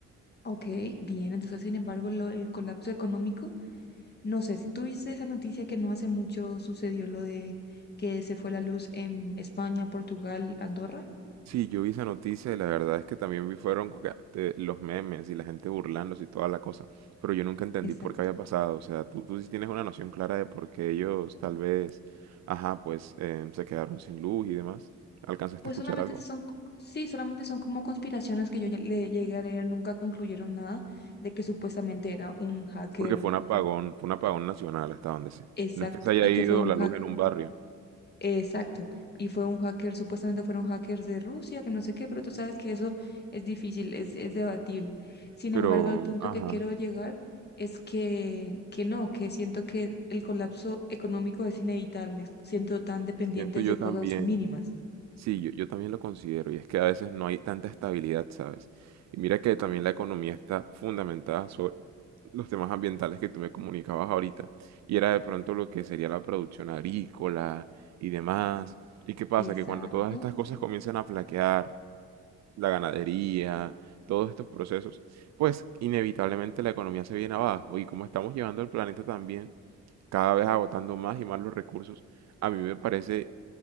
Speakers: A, on the left; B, on the right.
A: ok, bien, entonces sin embargo lo, el colapso económico. No sé, si tú viste esa noticia que no hace mucho sucedió lo de que se fue la luz en España, Portugal, Andorra.
B: Sí, yo vi esa noticia y la verdad es que también vi fueron co- que, eh, los memes y la gente burlándose y toda la cosa, pero yo nunca entendí
A: Exacto.
B: por qué había pasado. O sea, tú, tú sí tienes una noción clara de por qué ellos tal vez, ajá, pues em, se quedaron sin luz y demás. ¿Alcanzaste
A: Pues
B: a escuchar
A: solamente
B: algo?
A: son, sí, solamente son como conspiraciones que yo ya le llegué a leer, nunca concluyeron nada de que supuestamente era un hacker
B: Porque fue un apagón, fue un apagón nacional hasta donde sé.
A: exacto
B: No es que se haya
A: y
B: ido
A: que fue un
B: la
A: hacker.
B: luz en un barrio.
A: Exacto. Y fue un hacker, supuestamente fueron hackers de Rusia, que no sé qué, pero tú sabes que eso es difícil, es, es debatible. Sin
B: Pero,
A: embargo, al punto
B: ajá,
A: que quiero llegar es que, que no, que siento que el colapso económico es inevitable, siento tan dependientes
B: siento yo
A: de
B: también,
A: cosas mínimas.
B: sí, yo, yo también lo considero, y es que a veces no hay tanta estabilidad, ¿sabes? Y mira que también la economía está fundamentada sobre los temas ambientales que tú me comunicabas ahorita, y era de pronto lo que sería la producción agrícola y demás. ¿Y qué pasa?
A: Exacto.
B: Que cuando todas estas cosas comienzan a flaquear, la ganadería, todos estos procesos, pues inevitablemente la economía se viene abajo, y como estamos llevando el planeta también, cada vez agotando más y más los recursos. A mí me parece